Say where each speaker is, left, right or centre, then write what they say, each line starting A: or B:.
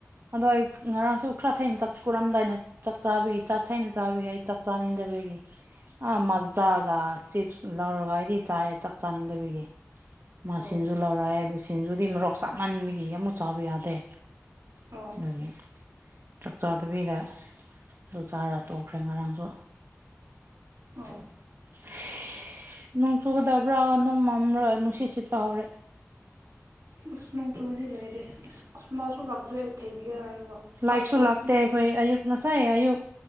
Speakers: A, on the right; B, on the right.
A: ꯑꯗꯣ ꯑꯩ ꯉꯔꯥꯡꯁꯨ ꯈꯔ ꯊꯦꯡꯅ ꯆꯥꯛ ꯀꯨꯔꯝꯗꯥꯏꯅ ꯆꯥꯛ ꯆꯥꯕꯤꯒꯤ ꯆꯥꯛꯊꯦꯅ ꯆꯥꯕꯤ ꯑꯩ ꯆꯥꯛ ꯆꯥꯅꯤꯡꯗꯕꯒꯤ ꯑ ꯃꯖꯥꯒ ꯆꯤꯞ꯭ꯁ ꯂꯧꯔꯒ ꯑꯩꯗꯤ ꯆꯥꯏꯌꯦ ꯆꯥꯛ ꯆꯥꯅꯤꯡꯗꯕꯤꯒꯤ ꯃꯥꯁꯤꯜꯖꯨ
B: ꯑꯣ
A: ꯂꯧꯔꯛꯑꯦ ꯑꯗꯨ ꯁꯤꯟꯖꯨꯗꯤ ꯃꯔꯣꯛ ꯆꯥꯃꯟꯕꯒꯤ ꯑꯃꯨꯛ ꯆꯥꯕ ꯌꯥꯗꯦ
B: ꯑꯣ
A: ꯎꯝ ꯆꯥꯛ ꯆꯥꯗꯕꯤꯗ ꯑꯗꯨ ꯆꯥꯔ ꯇꯣꯛꯈ꯭ꯔꯦ ꯉꯔꯥꯡꯁꯨ
B: ꯑꯣ
A: <unintelligible> ꯅꯣꯡ ꯆꯨꯒꯗꯕ꯭ꯔ ꯅꯣꯡ ꯃꯝꯔꯒ ꯅꯨꯡꯁꯤꯠ ꯁꯤꯠꯄ ꯍꯧꯔꯦ
B: ꯑꯁ ꯅꯣꯡꯆꯨꯕꯗꯤ ꯂꯩꯔꯦ ꯑꯁ ꯑꯁ ꯃꯥꯁꯨ ꯂꯥꯛꯇ꯭ꯔꯦ ꯑꯩ ꯊꯦꯡꯅꯒꯦꯔ ꯍꯥꯏꯔꯒ
A: ꯂꯥꯏꯛꯁꯨ
B: ꯑꯩ ꯊꯦꯡꯉꯗꯤ
A: ꯂꯥꯛꯇꯦ ꯑꯩꯈꯣꯏ
B: ꯑꯣꯐꯤꯁ
A: ꯑꯌꯨꯛ ꯉꯁꯥꯏ ꯑꯌꯨꯛ